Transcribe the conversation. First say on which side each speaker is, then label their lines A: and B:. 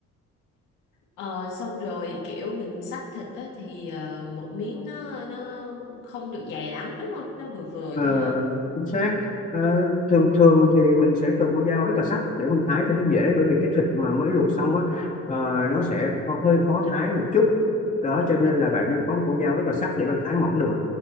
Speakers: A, on the left; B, on the left.
A: ờ xong rồi kiểu mình xắt thịt á thì ờ, một miếng nó nó không được dày lắm đúng không nó vừa vừa
B: Ờ,
A: thôi hả
B: chính xác Ờ, thường thường thì mình sẽ cần con dao rất là sắc để mình thái cho nó dễ bởi vì cái thịt mà mới luộc xong á ờ, nó sẽ kho- hơi khó thái một chút đó cho nên là bạn nên có một con dao rất là sắc để bạn thái mỏng được